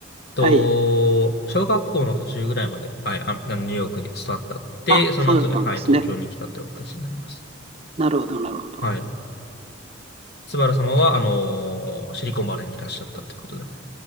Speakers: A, on the left; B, on the right.
A: と、
B: はい。
A: 小学校の途中ぐらいまで、はい、あ、あのニューヨークに育ったって、
B: あ、
A: その後で、
B: そうだったんですね。
A: はい、東京に来たという形になります。
B: なるほど、なるほど。
A: はい。スバル様は、あのーシリコンバレーにいらっしゃったということで。